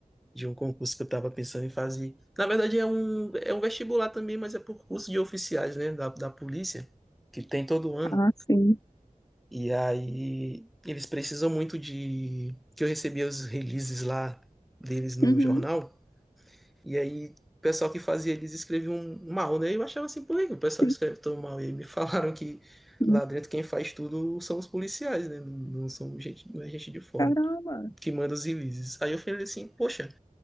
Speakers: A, in the centre; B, on the left.
A: de um concurso que eu estava pensando em fazer. Na verdade, é um, é um vestibular também, mas é por curso de oficiais, né, da, da polícia, que tem todo ano.
B: Ah, sim.
A: E aí eles precisam muito de que eu recebia os releases lá deles no
B: Uhum.
A: jornal. E aí o pessoal que fazia eles escreviam mal, né? Eu achava assim, por que o pessoal
B: Sim.
A: escreve tão mal? E aí me <laughs> falaram que
B: Hum.
A: lá dentro quem faz tudo são os policiais, né? Não, não são gente, não é gente de fora
B: Caramba,
A: que manda os releases. Aí eu falei assim, poxa,